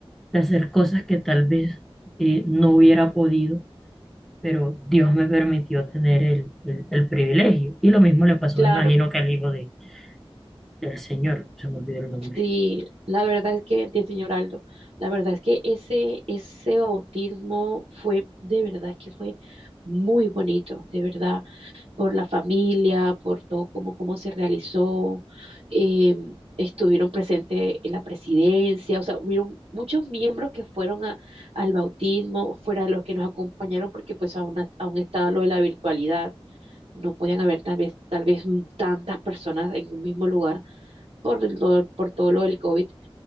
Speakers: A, in the centre; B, on the right.
A: de hacer cosas que tal vez eh, no hubiera podido pero Dios me permitió tener el, el, el privilegio. Y lo mismo le pasó,
B: Claro,
A: me imagino, que al hijo de, del Señor, se me olvidó el nombre,
B: sí, la verdad es que, de señor Aldo, la verdad es que ese, ese bautismo fue, de verdad que fue muy bonito, de verdad, por la familia, por todo cómo, cómo se realizó, eh, estuvieron presentes en la presidencia, o sea, hubieron muchos miembros que fueron a- al bautismo, fuera de los que nos acompañaron, porque pues aún, aún estaba lo de la virtualidad, no podían haber tal vez, tal vez tantas personas en un mismo lugar por, el por todo lo del COVID,